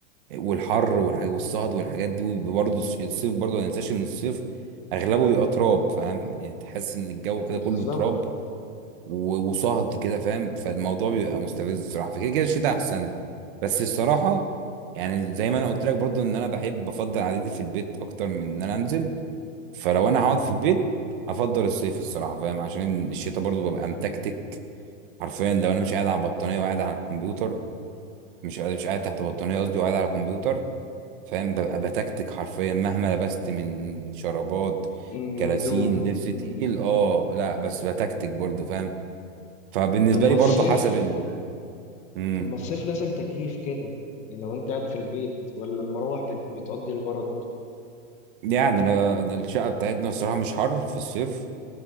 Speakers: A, on the right; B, on the left.
A: والحر والح- والصهد والحاجات دي وبرضه الص- الصيف برضه ما ننساش ان الصيف اغلبه بيبقى تراب فاهم يعني تحس ان الجو كده كله
B: بالظبط
A: تراب و- وصهد كده فاهم فالموضوع بيبقى مستفز الصراحه فكده كده الشتاء احسن لي. بس الصراحه يعني زي ما انا قلت لك برضو ان انا بحب بفضل قعدتي في البيت اكتر من ان انا انزل فلو انا هقعد في البيت افضل الصيف الصراحه فاهم عشان الشتاء برضو ببقى متكتك حرفيا لو انا مش قاعد على البطانيه وقاعد على الكمبيوتر مش قاعد مش قاعد تحت بطانيه قصدي وقاعد على الكمبيوتر فاهم ببقى بتكتك حرفيا مهما لبست من شرابات
B: من
A: كلاسين
B: هدوم
A: لبس تقيل
B: مم.
A: اه لا بس بتكتك برضو فاهم فبالنسبه
B: طب ما
A: لي
B: الصيف
A: برضه حسب ال... مم.
B: طب ما الصيف لازم تكييف كده يعني لو انت قاعد في البيت ولا المراوح بت... بتقضي الغرض
A: يعني لا- ده الشقه بتاعتنا الصراحه مش حر في الصيف